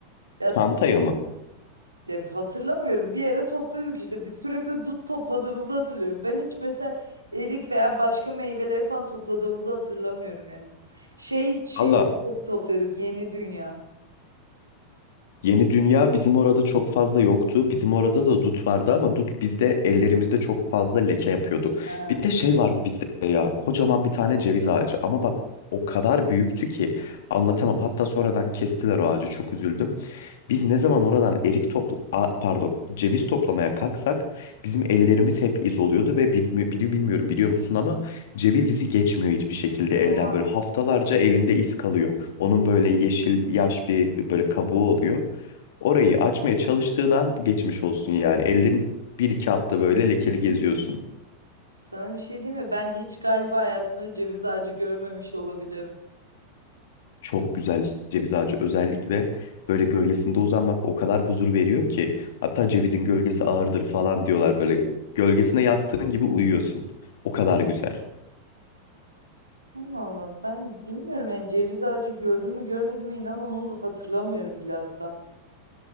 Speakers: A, on the right (about 85°); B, on the left (about 55°).
A: Ya
B: Çantaya mı?
A: Ya hatırlamıyorum. Bir yere topluyorduk işte. Biz sürekli dut topladığımızı hatırlıyorum. Ben hiç mesela erik veya başka meyveleri falan topladığımızı hatırlamıyorum yani. Şey şey
B: Valla
A: to- topluyorduk Yeni Dünya.
B: Yeni Dünya bizim orada çok fazla yoktu. Bizim orada da dut vardı ama dut bizde ellerimizde çok fazla leke yapıyordu.
A: Ha,
B: Bir de şey vardı bizde ya kocaman bir tane ceviz ağacı ama bak o kadar büyüktü ki anlatamam. Hatta sonradan kestiler o ağacı çok üzüldüm. Biz ne zaman oradan erik topla a- pardon ceviz toplamaya kalksak bizim ellerimiz hep iz oluyordu ve bilmi bili- bilmiyorum biliyor musun ama ceviz izi geçmiyor hiçbir şekilde
A: oha.
B: elden böyle haftalarca elinde iz kalıyor. Onun böyle yeşil yaş bir böyle kabuğu oluyor. Orayı açmaya çalıştığın an geçmiş olsun yani. Ellerin bir iki hafta böyle lekeli geziyorsun.
A: Sana bir şey diyeyim mi? Ben hiç galiba hayatımda ceviz ağacı görmemiş olabilirim.
B: Çok güzel ceviz ağacı özellikle böyle gölgesinde uzanmak o kadar huzur veriyor ki. Hatta cevizin gölgesi ağırdır falan diyorlar böyle. Gölgesine yattığın gibi uyuyorsun. O kadar güzel.
A: Allah Allah ben bilmiyorum yani ceviz ağacı gördüm mü görmedim mi inan onu hatırlamıyorum bile hatta.